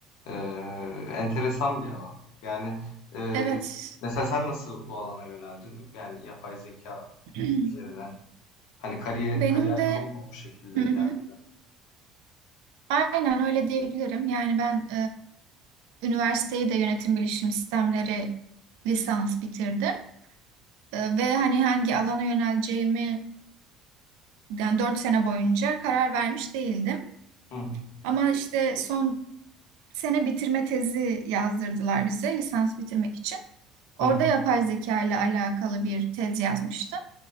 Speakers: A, on the left; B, on the right.
A: eee, enteresan bir alan. Yani eee,
B: Evet.
A: mesela sen nasıl bu alana yöneldin? Yani yapay zeka
B: <clears throat>
A: üzerine. Hani kariyer
B: Benim
A: kariyer
B: de
A: yolun mu o şekilde
B: <clears throat>
A: ilerledi?
B: Aynen öyle diyebilirim. Yani ben e, üniversiteyi de yönetim bilişim sistemleri lisans bitirdim. E, ve hani hangi alana yöneleceğimi yani 4 sene boyunca karar vermiş değildim.
A: Hı hı,
B: Ama işte son sene bitirme tezi yazdırdılar bize lisans bitirmek için. Orada
A: hı hı,
B: yapay zeka ile alakalı bir tez yazmıştım.